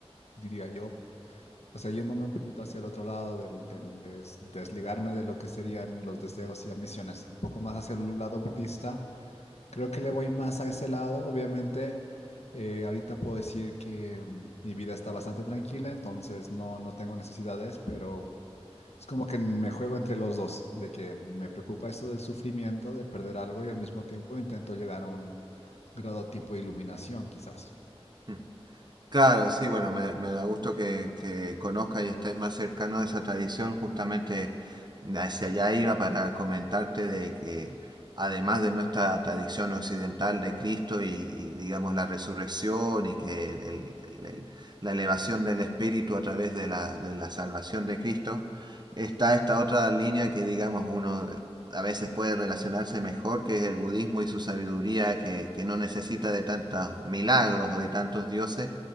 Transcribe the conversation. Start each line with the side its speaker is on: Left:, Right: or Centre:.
Left: diría yo. O sea, yéndome un poquito hacia el otro lado, del, del des- desligarme de lo que serían los deseos y ambiciones, un poco más hacia el lado budista. Creo que le voy más a ese lado, obviamente. Eh, ahorita puedo decir que mm, mi vida está bastante tranquila, entonces no, no tengo necesidades, pero es como que me juego entre los dos, de que me preocupa esto del sufrimiento, de perder algo y al mismo tiempo intento llegar a un grado tipo de iluminación, quizás.
Right: Mm. Claro, sí, bueno, me, me da gusto que, que conozca y estés más cercano a esa tradición. Justamente hacia allá iba para comentarte de que además de nuestra tradición occidental de Cristo y, y, digamos la resurrección y que el- el- el- la elevación del espíritu a través de la, de la salvación de Cristo, está esta otra línea que digamos uno eh, a veces puede relacionarse mejor, que es el budismo y su sabiduría que, que no necesita de tantos milagros o de tantos dioses